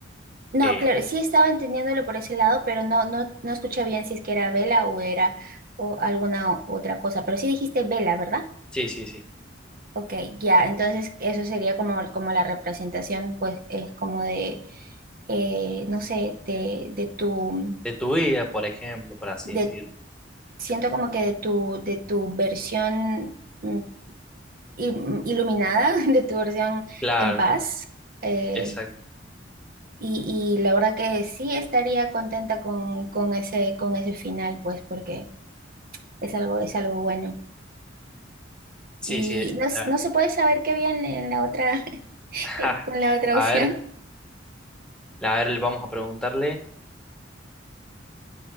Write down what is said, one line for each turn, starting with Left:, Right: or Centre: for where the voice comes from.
Right: No,
Centre: Eh,
Right: claro, sí estaba entendiéndolo por ese lado, pero no, no, no escuché bien si es que era vela o era o alguna o- otra cosa. Pero sí dijiste vela, ¿verdad?
Centre: sí, sí, sí.
Right: Ok, ya, entonces eso sería como, como la representación, pues, es como de, eh, no sé, de, de tu,
Centre: De tu vida, por ejemplo, por así
Right: de,
Centre: decirlo.
Right: siento como que de tu, de tu versión mm, il- iluminada, <laughs> de tu versión
Centre: Claro,
Right: en paz. eh,
Centre: exacto.
Right: Y, y la verdad que sí estaría contenta con, con ese, con ese final, pues, porque es algo, es algo bueno.
Centre: Sí,
Right: Y
Centre: sí.
Right: no, s-
Centre: la-
Right: no se puede saber qué había en en la otra, <laughs>
Centre: <laughs>
Right: eh, con la otra
Centre: A
Right: opción.
Centre: ver, a ver, vamos a preguntarle.